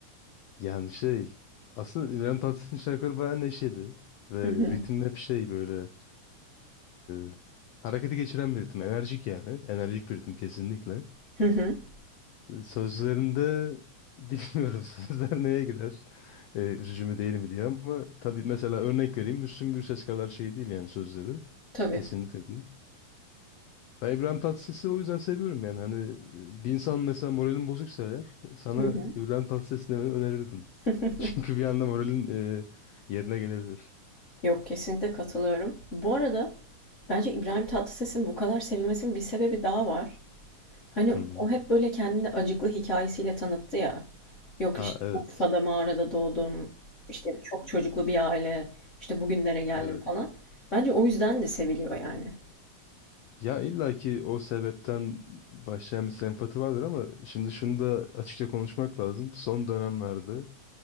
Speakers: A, on the left (about 80°); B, on the left (about 40°).
A: Yani şey aslında İbrahim Tatlıses'in şarkıları bayağı neşeli ve
B: Hı hı.
A: ritim hep şey böyle e, harekete geçiren bir ritim. Enerjik yani. Enerjik bir ritim kesinlikle.
B: Hı hı.
A: Sözlerinde bilmiyorum <laughs> sözler neye girer. Ee, üzücü mü değil mi diye ama tabii mesela örnek vereyim Müslüm Gürses kadar şey değil yani sözleri.
B: Tabii.
A: Kesinlikle değil. Ben İbrahim Tatlıses'i o yüzden seviyorum yani hani e, bir insan mesela moralin bozuksa eğer e, sana
B: Hı hı.
A: İbrahim Tatlıses dinlemeni önerirdim.
B: <laughs>
A: <laughs> Çünkü bir anda moralin e, yerine gelebilir.
B: Yok kesinlikle katılıyorum. Bu arada bence İbrahim Tatlıses'in bu kadar sevilmesinin bir sebebi daha var. Hani
A: Hı hı.
B: o hep böyle kendini acıklı hikayesiyle tanıttı ya. Yok
A: Ha
B: işte
A: evet.
B: Urfa'da mağarada doğdum. İşte çok çocuklu bir aile. İşte bugünlere geldim
A: Evet.
B: falan. Bence o yüzden de seviliyor yani.
A: Ya illa ki o sebepten başlayan bir sempati vardır ama şimdi şunu da açıkça konuşmak lazım. Son dönemlerde